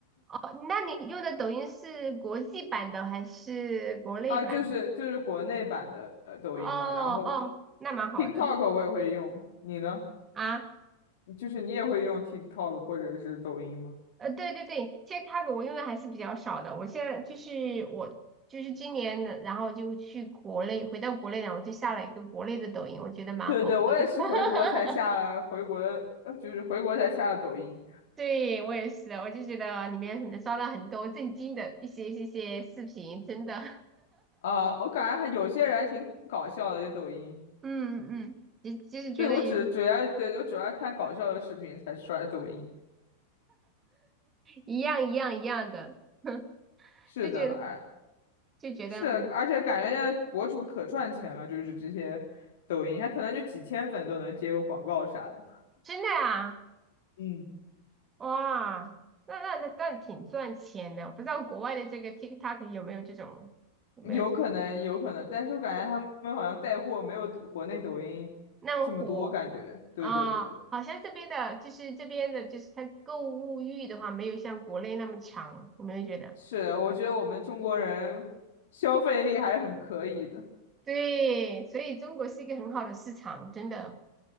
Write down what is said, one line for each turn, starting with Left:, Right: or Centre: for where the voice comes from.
Right: 哦，那你用的抖音是国际版的还是国内版的？
Left: <laughs>，啊，就是就是国内版的呃抖音嘛，
Right: 哦哦，
Left: 然后
Right: 那蛮好的
Left: TikTok 我也会用，你呢？
Right: 啊。
Left: 就是你也会用 TikTok 或者是抖音吗？
Right: 呃，对对对，其实它我用的还是比较少的。我现在就是我就是今年的然后就去国内，回到国内，然后就下了一个国内的抖音，我觉得蛮好的。
Left: 对对，我也是回国才下了回国的呃，
Right: <laughs>
Left: 就是回国才下了抖音。
Right: 对，我也是，我就觉得里面能刷到很多震惊的一些一些视频，真的，
Left: 啊、我感觉还有些人还挺搞笑的，就抖音。
Right: <laughs> 嗯嗯，其其实觉得也
Left: 对，我只主要对我主要看搞笑的视频才刷抖音。
Right: 一样一样一样的，<laughs>
Left: 是的，
Right: 就觉得。
Left: 哎。
Right: 就觉得嗯
Left: 是，而且感觉现在博主可赚钱了，就是这些抖音，他可能就几千粉都能接个广告啥的，
Right: 真的啊，
Left: 嗯，
Right: 哇，那那那那挺赚钱的。我不知道国外的这个 TikTok 有没有这种，有没有这种
Left: 有可能，有可能，但是我感觉他们好像带货没有国内抖音
Right: 那么火
Left: 这么多，感觉，对对对，
Right: 啊？好像这边的，就是这边的，就是它购物欲的话，没有像国内那么强，有没有觉得？
Left: 是，我觉得我们中国人消费力还是很可以的，
Right: 对，所以中国是一个很好的市场，真的。